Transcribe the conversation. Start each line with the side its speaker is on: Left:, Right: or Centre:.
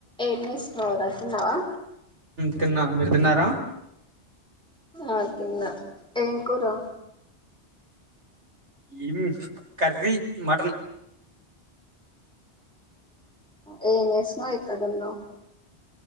Centre: ఎర్మిస్ రాతున్నావా
Right: తిన్నా మీరు తిన్నారా
Centre: ఆన్న ఏం కూరా
Right: ఇం కరీ మటన్
Centre: వు ఏంసమ ఇక్కడున్నావు